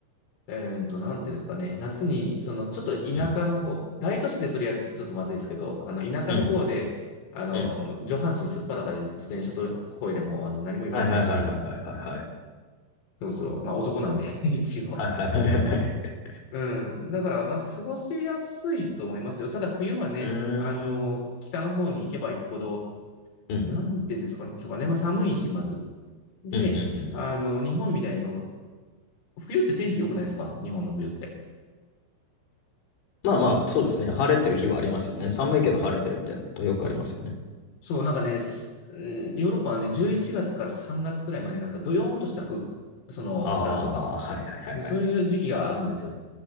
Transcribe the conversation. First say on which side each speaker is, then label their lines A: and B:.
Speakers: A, on the left; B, on the left.
A: えーと、なんていうんですかね。夏に、その、ちょっと田舎の方、
B: うん
A: 大都市でそれやるとちょっとまずいですけど、あの、田舎の方で、
B: うん
A: あの、
B: うん
A: 上半身すっぱだかで自転車と声でも、あの、何も言われないし、
B: はいはいはいはいはいはいはい。
A: そうそう。まあ、男なんで、<laughs> 一応。
B: はいはいはいはいはい。
A: うん。だから、あ過ごしやすいと思いますよ。ただ、冬はね、
B: うーん
A: あの、北の方に行けば行くほど、
B: うん
A: なんていうんですかそうかね。まあ、寒いし、まず。で、
B: うんうんうん
A: あの、日本みたいに、その、冬って天気良くないですか日本の冬って。
B: まあまあ、
A: その、
B: そうですね。晴れてる日はありますよね。寒いけど晴れてるみたいなことよくありますよね。
A: そう、そう、なんかね、すうんヨーロッパはね、11月から3月くらいまで、なんかドヨーンとした空、その、
B: ああ、
A: フランスとか、
B: はいはいはいはい。
A: そういう時期があるんですよ。だか